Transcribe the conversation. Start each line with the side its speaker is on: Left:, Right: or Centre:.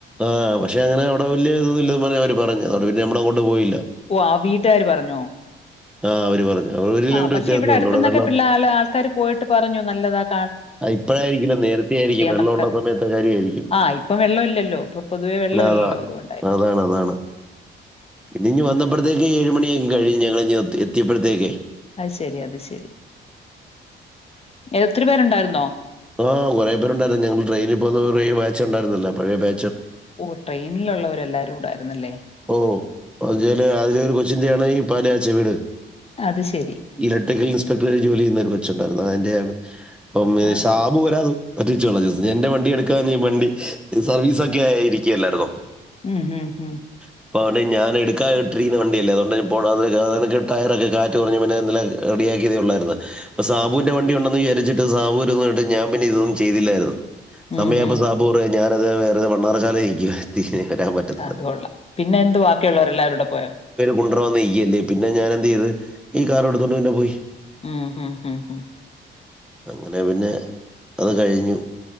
Centre: ആഹ പക്ഷെ അങ്ങനെ അവിടെ വലിയ ഇതന്ന ഇല്ലന്ന് പറ അവര് പറഞ്ഞു പിന്നെ നമ്മളങ്ങട്ട് പോയില്ല
Left: ഓ ആ വീട്ടുകാാര് പറഞ്ഞോ
Centre: ആ അവര് പറഞ്ഞു ഒരു കിലോമീറ്റർ
Left: ആഹ് പക്ഷെ
Centre: വ്യത്യാസമേ
Left: ഇവിടെ അടുത്തന്നൊക്കെ
Centre: ഉള്ളൂ അവിടെ വെള്ളം
Left: പിള്ളെ ആ ആൾക്കാാര് പോയിട്ട് പറഞ്ഞു നല്ലതാക്ക
Centre: ഇപ്പഴായിരിക്കില്ല നേരത്ത ആയിരിക്കും വെള്ളം
Left: നമുക്കത്.
Centre: ഉണ്ട സമയത്തെ കാര്യ ആയിരിക്കും
Left: ആ ഇപ്പം വെള്ളമില്ലല്ലോ. ഇപ്പൊ പൊതുവേ വെള്ളമില്ലല്ലോ
Centre: അതാ
Left: അതുകൊണ്ടായിരിക്കും.
Centre: അതാണ് അതാണ് പിന്ന ഇഞ് വന്നപ്പോഴത്തേക്ക് ഏഴുമണിയക്ക കഴഞ് ഞങ്ങ എത്തിയപ്പോഴേക്കക്ക്
Left: അത് ശെരി അത് ശരി ഒത്തിരി പേരുണ്ടായിരുന്നോ
Centre: ആഹ് കുറെേരുണ്ടായിരുന്നു ഞങ്ങള്ൾ ട്രെനിൽ പോുന്നേ ബാച്ച ഉണ്ടായിരുന്നില്ല പഴയ ബാ
Left: ഓ ട്രെയിനിലുള്ളവരെല്ലാരും കൂടും ുന്നല്ലേ
Centre: ഓ അല് അതില ഒരു കൊച്ചിന്റെയാണ് ഈ പല്യാച്ച വീട്
Left: അത് ശരി
Centre: ഇലക്ട്രിക്കൽ ഇൻസ്പെക്ടറെ ജോലി ചെയ്യുന്ന കൊ ച്ചുണ്ടായിുന്നത് അതിൻ്റെയാണ് അപ്പം
Left: ആഹാ.
Centre: ഷാബ് പോരാത് പറ്റിച്ചോള എൻന്റെ വണ്ടി എടുക്കാ ഈ വണ്ടി സർവീസ് ഒക്കെ ആ ഇരിക്കുകയല്ലായിരുന്നോ
Left: ഉം ഹം ഹം
Centre: അപ്പതൊ ഞാൻ എടുക്കാ ഇട്ടിരിക്കുന്നണ്ടിയല്ലേ അതുകൊണ്ട് ടയറൊക്കെ കാറ്റ് കുറഞ്ഞ പിന്നെല്ല റെിയാക്കിയതേ ഉള്ളായിരുന്നുപ്പ സാബുവിന്റെ വണ്ടി ഉണ്ടന്ന് വിചാരിച്ചി് സാബൂ ഒന്നുംട്ട് ഞാൻന്നെ ഇതൊന്നും ചെയ്തില്ലായിരുന്നു
Left: ഉം
Centre: സമയപ
Left: ഹും.
Centre: സാപൂ ഞാന അത് വേറത്ണ്ണാറശാല കയിിക്കുവേ വരാൻ പറ്റത്തല്ല
Left: അത് കൊള്ളാം. പിന്നെ എന്തു ബാക്കിയുള്ളവരെ എല്ലാവരുംൂടെ പോയാോ
Centre: കൊണ്ടറവാ നീക്കല്ലേ പിന്നെ ഞാനെന്ത് ചെയ്ത് ഈ കാർ എടുത്തുകൊണ്ട് പിന്നെ പോയി
Left: ആഹ ഹഹ് ഹഹ ഹ
Centre: അങ്ങനെ പിന്നെ അത് കഴിഞ്ഞു